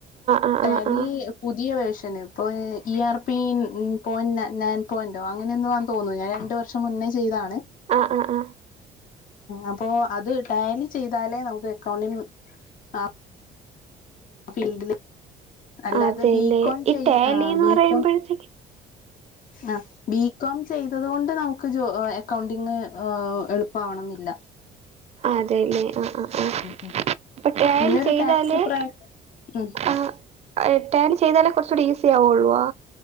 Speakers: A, on the right; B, on the left.
A: ആഹ്
B: ടാലി
A: ആഹ് ആഹ്
B: പുതിയ വേർ ർഷന് ഇപ്പൊ ഇ. ആർ. പി. ഈ പോയിന്റ് നയൻ പോയിന്റോ അങ്ങനെ എന്തോ ആന്ന് തോന്നുന്നു ഞാൻ രണ്ടു വർഷം മുൻ ന്നെ ചെയ്താണ്
A: ആ ആ ആ
B: അപ്പൊ അത് ടാലി ചെയ്താലേ നമുക്ക് അക്കൗണ്ടിന് ആ ഫീൽഡില് അല്ലാതെ
A: ആഹ് അതെല്ലേ
B: ബികോം
A: ഈ
B: ചെയ്
A: ടാലിന്ന്
B: ബി
A: പറയുമ്പോഴത്തേക്ക്
B: കോം ആഹ് ബികോം ചെയ്തത് കൊണ്ട് നമുക്ക് ജോ അക്കൗണ്ടിങ് എളുപ്പാവണം ന്നില്ല
A: അതെല്ലേ ആ ആ ആ
B: ഉം
A: അപ്പ ടാലി
B: പിന്നൊരു
A: ചെയ്താലെ
B: ടാക്സ് പ്ര ഉം
A: ആ ടാലി ചെയ്താലേ കുറച്ച കൂടി ഈസി ആവുള്ളു അ